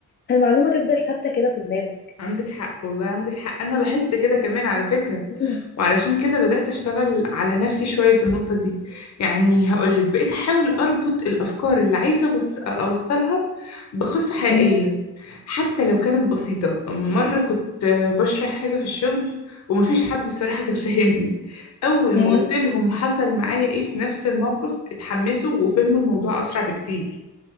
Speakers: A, on the left; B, on the left.
A: فالمعلومة تفضل ثابتة كده في دماغك
B: عندك حق والله عندك حق أنا لاحظت كده كمان على فكرة
A: مم.
B: وعلشان كده بدأت أشتغل على نفسي شوية في النقطة دي يعني هقولك بقيت أحاول أربط الأفكار اللي عايزة أوص- أوصلها بقصة حقيقية
A: مم.
B: حتى لو كانت بسيطة مرة كنت بشرح حاجة في الشغل ومفيش حد الصراحة كان فاهمني أول
A: مم.
B: ما قلت لهم حصل معايا إيه في نفس الموقف اتحمسوا وفهموا الموضوع أسرع بكتير